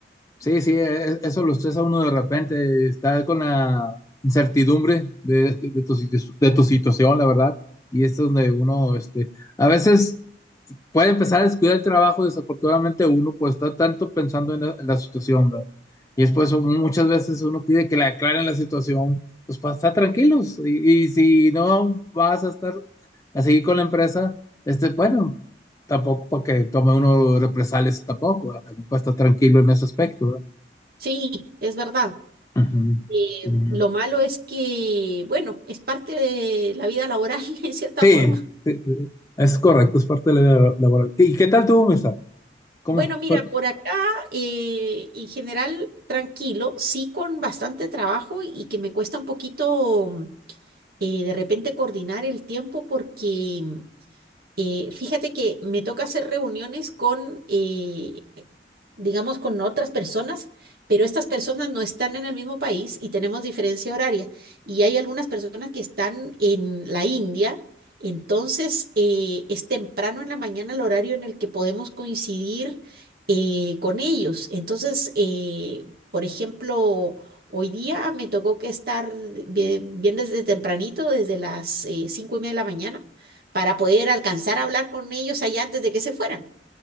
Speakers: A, on the left (about 20°); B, on the right (about 60°).
A: Sí, sí, e- eso lo estresa uno de repente, está con la incertidumbre de, de tu, situ- de tu situación, la verdad, y esto es donde uno, este, a veces puede empezar a descuidar el trabajo, desafortunadamente uno pues está tanto pensando en la, en la situación, ¿verdad? Y después muchas veces uno pide que le aclaren la situación, pues para estar tranquilos, y, y si no vas a estar, a seguir con la empresa, este, bueno, tampoco para que tome uno represalias tampoco, ¿verdad? También para estar tranquilo en ese aspecto, ¿verdad?
B: Sí, es verdad.
A: Ujú,
B: Eh,
A: ujú.
B: lo malo es que, bueno, es parte de la vida laboral <laughs> en cierta
A: Sí,
B: forma.
A: sí, sí, es correcto, es parte de la vida laboral. ¿Y qué tal tuvo, Mirza? ¿Cómo
B: Bueno, mira,
A: fue?
B: por acá eh, en general tranquilo, sí con bastante trabajo y que me cuesta un poquito eh, de repente coordinar el tiempo porque Eh, fíjate que me toca hacer reuniones con, eh, digamos, con otras personas, pero estas personas no están en el mismo país y tenemos diferencia horaria. Y hay algunas personas que están en la India, entonces eh, es temprano en la mañana el horario en el que podemos coincidir eh, con ellos. Entonces, eh, por ejemplo... Hoy día me tocó que estar bien, bien desde tempranito, desde las eh, cinco y media de la mañana, para poder alcanzar a hablar con ellos allá antes de que se fueran.